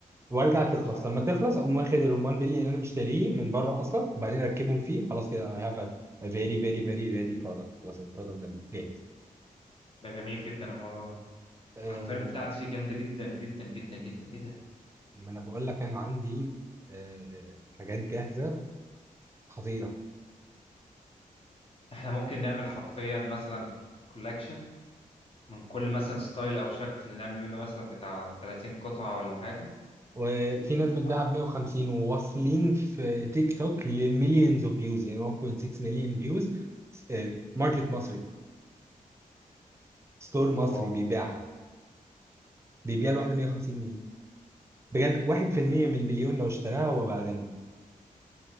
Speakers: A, on the right; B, on the left.
A: وارجع تخلص
B: صح
A: لما تخلص اقوم واخد الرمان بيلي اللي انا مشتريه من بره اصلا وبعدين اركبهم فيه خلاص كده I have a, a very very very ready product خلاص البرودكت ده جاهز
B: ده جميل جدا الموضوع ده
A: آه
B: حرفيا البتاع دي جامده جدا جدا جدا جدا ايه ده
A: ما انا بقول لك انا عندي آه حاجات جاهزه خطيره
B: احنا ممكن نعمل حرفيا مثلا كولكشن من كل مثلا ستايل او شكل نعمل منه مثلا بتاع 30 قطعه ولا حاجه
A: وفي ناس بتبيعها
B: أو-
A: ب 150 وواصلين في تيك توك لمليونز اوف فيوز يعني 1.6 مليون فيوز ماركت مصري ستور مصري
B: واو
A: بيبيعها بيبيع الواحدة 150 جنيه بجد 1% من المليون لو اشتراها هو بقى غني